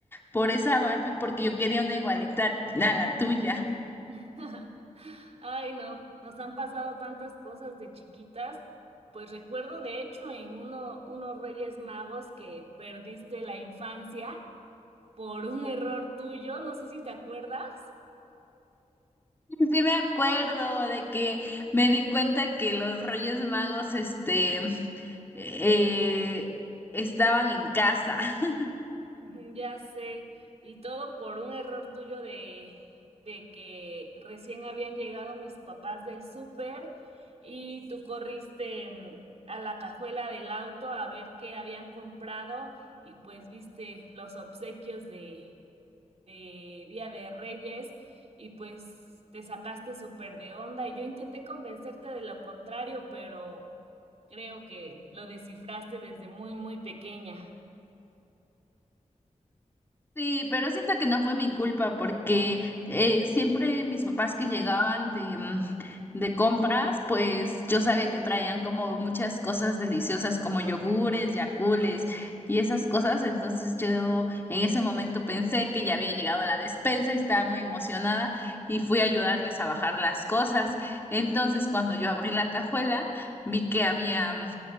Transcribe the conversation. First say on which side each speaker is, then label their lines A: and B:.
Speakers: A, on the left; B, on the right.
A: por esa Barbie porque yo quería una igualita a la tuya.
B: <laughs> Ay, no, nos han pasado tantas cosas de chiquitas. Pues recuerdo de hecho en uno, unos Reyes Magos que perdiste la infancia por un error tuyo, no sé si te acuerdas.
A: Sí sí me acuerdo de que me di cuenta que los Reyes Magos, este, eh, estaban en casa. <laughs>
B: Ujú, Ya sé, y todo por un error tuyo de, de que recién habían llegado mis papás del súper y tú corriste mm, a la cajuela del auto a ver qué habían comprado y pues viste los obsequios de, de Día de Reyes y pues te sacaste súper de onda y yo intenté convencerte de lo contrario, pero creo que lo descifraste desde muy, muy pequeña.
A: Sí, pero siento que no fue mi culpa porque eh, siempre mis papás que llegaban de, mm, de compras, pues yo sabía que traían como muchas cosas deliciosas como yogures, yacules y esas cosas. Entonces yo en ese momento pensé que ya había llegado la despensa y estaba muy emocionada y fui a ayudarles a bajar las cosas. Entonces cuando yo abrí la cajuela, vi que había...